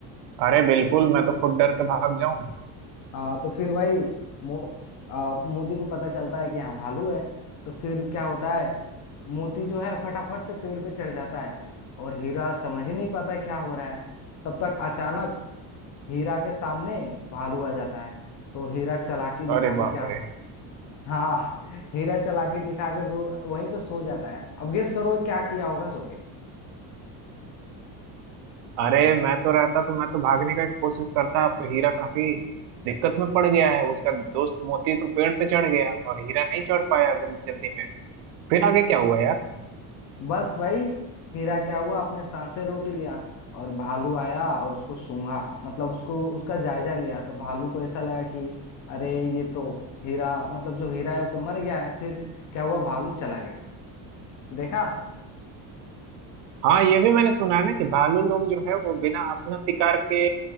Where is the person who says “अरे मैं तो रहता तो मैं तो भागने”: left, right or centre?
Right